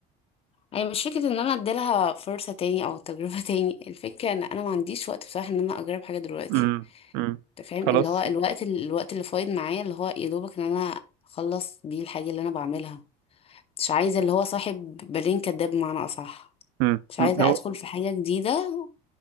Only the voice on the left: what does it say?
أنا مش فكرة إن أنا أديلها فرصة تاني أو تجربة <laughs> تاني الفكرة إن أنا ما عنديش وقت بصراحة إن أنا أجرب حاجة دلوقتي
أنت فاهم
اللي هو الوقت الوقت اللي فايض معايا اللي هو يا دوبك إن أنا أخلص بيه الحاجة اللي أنا بعملها مش عايزة اللي هو صاحب بالين كداب بمعنى أصح
مش عايزة
أدخل في حاجة جديدة